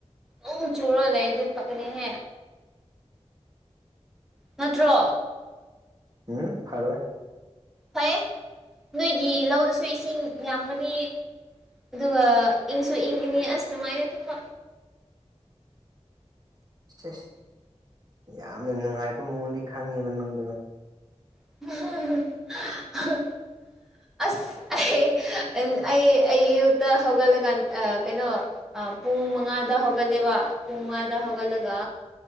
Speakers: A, in the centre; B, on the right.
A: ꯑꯗꯨꯝ ꯆꯨꯔ ꯂꯩꯔꯗꯤ ꯐꯒꯅꯤꯍꯦ ꯅꯠꯇ꯭ꯔꯣ
B: ꯎꯝ ꯐꯔꯣꯏ
A: ꯐꯩꯌꯦ ꯅꯣꯏꯒꯤ ꯂꯧꯗꯁꯨ ꯏꯁꯤꯡ ꯌꯥꯝꯒꯅꯤ ꯑꯗꯨꯒ ꯏꯪꯁꯨ ꯏꯪꯒꯅꯤ ꯑꯁ ꯅꯨꯡꯉꯥꯏꯌꯦ ꯇꯨꯝꯕ
B: ꯑꯁ ꯌꯥꯝꯅ ꯅꯨꯡꯉꯥꯏꯕ ꯃꯑꯣꯡꯗꯤ ꯈꯪꯉꯦꯕ ꯅꯪꯗꯣ
A: <unintelligible> ꯑꯁ ꯑꯩ ꯑꯩ ꯑꯌꯨꯛꯇ ꯍꯧꯒꯠꯂꯀꯥꯟ ꯀꯩꯅꯣ ꯑꯥ ꯄꯨꯡ ꯃꯉꯥꯗ ꯍꯧꯒꯠꯂꯦꯕ ꯄꯨꯡ ꯃꯉꯥꯗ ꯍꯧꯒꯠꯂꯒ